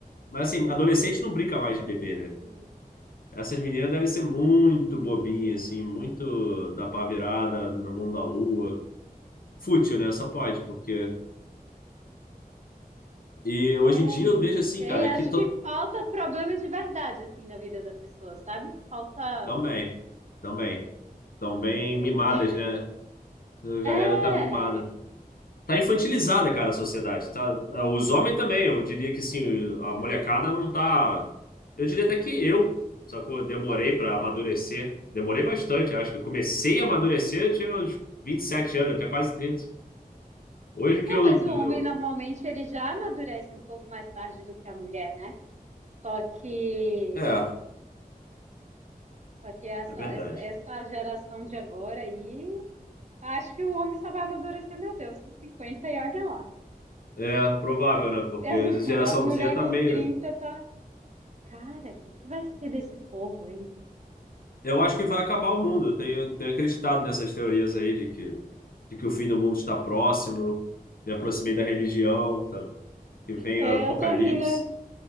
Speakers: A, on the left; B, on the right.
A: Mas assim, adolescente não brinca mais de bebê, né?
B: Hum,
A: Essas meninas devem ser muito bobinhas, assim, muito da pá virada, no mundo da lua. Fútil, né? Só pode, porque. E hoje
B: É,
A: em dia
B: eu não
A: eu vejo assim,
B: sei,
A: cara,
B: acho
A: que to...
B: que falta problema de verdade, assim, na vida da pessoa, sabe? Falta.
A: também,
B: Não
A: também, tão bem
B: sei.
A: mimadas,
B: <laughs>
A: né? A galera
B: É.
A: tá mimada. Tá infantilizada, cara, a sociedade. Tá... Os homens também, eu diria que sim, a molecada não tá. Eu diria até que eu, sacou? Demorei pra amadurecer. Demorei bastante, acho que eu comecei a amadurecer, eu tinha uns 27 anos, até quase trinta Hoje que
B: É,
A: eu,
B: mas o
A: eu-
B: homem normalmente ele já amadurece um pouco mais tarde do que a mulher, né? Só que
A: É,
B: Só que essa,
A: é verdade.
B: essa, essa geração de agora aí, acho que o homem só vai amadurecer, meu Deus, com 50 e olha lá.
A: É provável, né? Porque
B: E
A: a
B: as, <laughs>
A: geração
B: as mulheres
A: Z tá
B: com
A: meio.
B: 30 tá. Cara, o que, que vai ser desse povo, aí?
A: Eu acho que vai acabar o mundo. Eu tenho, tenho acreditado nessas teorias aí de que, de que o fim do mundo está próximo. Me aproximei da religião, sabe? Que vem
B: É,
A: o apocalipse.
B: eu tô rindo,